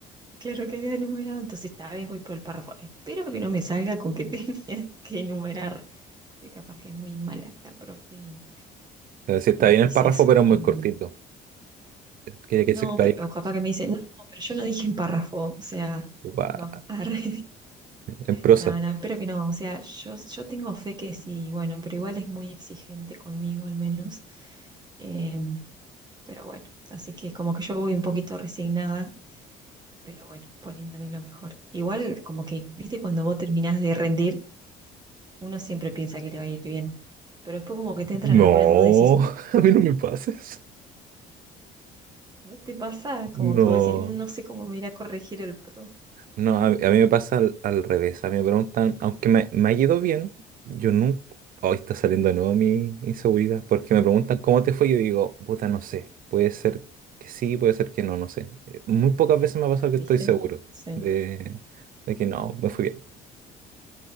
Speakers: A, on the right (about 25°); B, on the right (about 55°).
A: Claro que había enumerado, entonces esta vez voy por el párrafo. Espero que no me salga con que <laughs> tenía que enumerar, porque capaz que es muy mala la profe y,
B: Pero sí, está
A: y
B: bien
A: me
B: el
A: dice
B: párrafo,
A: eso.
B: pero
A: Y,
B: muy cortito. Quería que se
A: no,
B: explayara
A: pero o capaz
B: más.
A: que me dice, no, no, pero yo no dije en párrafo, o sea,
B: Guau,
A: no, <laughs> arre.
B: En prosa.
A: No, no, espero que no, o sea, yo, yo tengo fe que sí, bueno, pero igual es muy exigente conmigo al menos. Em, pero bueno, así que como que yo voy un poquito resignada pero bueno, poniéndole lo mejor. Igual, como que, viste, cuando vos terminás de rendir, uno siempre piensa que le va a ir bien, pero después como que te entran
B: No,
A: algunas dudas y decís,
B: <laughs> a mí
A: "Mm,
B: no me pases.
A: ¿no te pasa? Como
B: No.
A: que vos decís, "Mm, no sé cómo me irá a corregir el profe,
B: No, a, a mí me pasa al, al revés. A mí me preguntan, aunque me, me ha ido bien, yo nunca. Hoy está saliendo de nuevo mi inseguridad, porque me preguntan cómo te fue. Yo digo, puta, no sé. Puede ser que sí, puede ser que no, no sé. Eh, Muy pocas veces me ha pasado
A: Ah,
B: que estoy
A: ¿viste?
B: seguro
A: Sí.
B: de, de que no, me fui bien.